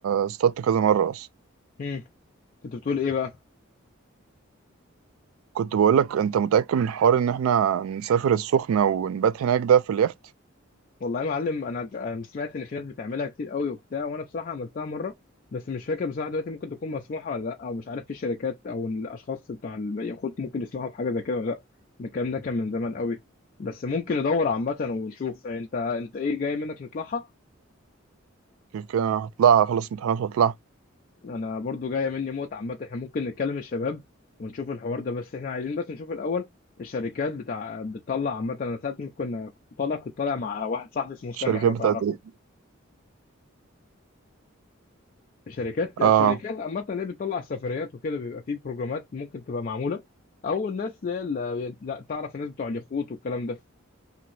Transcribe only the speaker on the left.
امم كنت بتقول ايه بقى
والله يا معلم انا ج- أنا سمعت ان في ناس بتعملها كتير قوي وبتاع وانا بصراحه عملتها مره بس مش فاكر بصراحه دلوقتي ممكن تكون مسموحه ولا لا او مش عارف في شركات او الاشخاص بتوع اليخوت ممكن يسمعوا بحاجه زي كده ولا لا الكلام ده كان من زمان قوي بس ممكن ندور عامه ونشوف انت انت ايه جاي منك نطلعها
انا برضو جايه مني موت عامه احنا ممكن نتكلم الشباب ونشوف الحوار ده بس احنا عايزين بس نشوف الاول الشركات بتاع بتطلع عامه انا ساعات ممكن كنت طالع كنت طالع مع واحد صاحبي اسمه سامح
لو
تعرفه
شركات
شركات عامة اللي هي بتطلع السفريات وكده بيبقى فيه بروجرامات ممكن تبقى معمولة أو الناس اللي هي اللي- لا تعرف الناس بتوع اليخوت والكلام ده